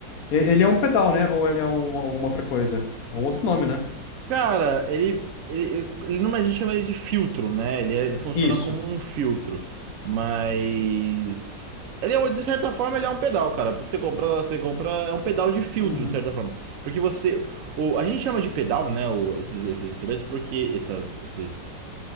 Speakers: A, on the left; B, on the right.
A: E- Ele é um pedal, né? Ou ele é um, alguma outra coisa? É um outro nome, né?
B: Cara, ele, ele, ele não, a gente chama ele de filtro, né? Ele, é- ele funciona
A: Isso.
B: como um filtro, mas ele é, um- de certa forma ele é um pedal, cara. Você compra, você compra é um pedal de filtro,
A: Uhum.
B: de certa forma, porque você, o, a gente chama de pedal, né? o- esses, esses instrumentos, porque essas, esses,